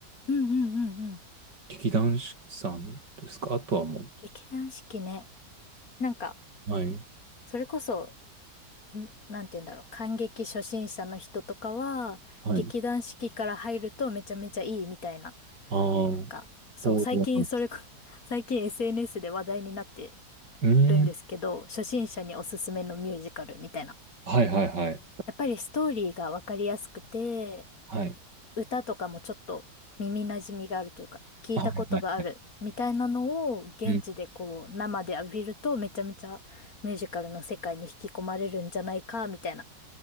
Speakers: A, on the left; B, on the right.
A: うんうんうんうん。
B: 劇団四季さんですかあとはも
A: 劇団四季ね。なんか、
B: う。はい。
A: それこそ、んなんて言うんだろう。観劇初心者の人とかは、
B: はい。
A: 劇団四季から入るとめちゃめちゃいいみたいな。
B: ああ、王
A: なんか、そう、
B: 道なんです。
A: 最近それこ、<laughs> 最近 SNS で話題になって
B: うーん。
A: るんですけど、初心者におすすめのミュージカルみたいな。
B: はいはいはい。
A: やっぱりストーリーがわかりやすくて、
B: はい。
A: 歌とかもちょっと耳馴染みがあるというか、聞いたことがあるみたいなのを現地でこう生で浴びるとめちゃめちゃミュージカルの世界に引き込まれるんじゃないかみたいな
B: はいはいはい。うん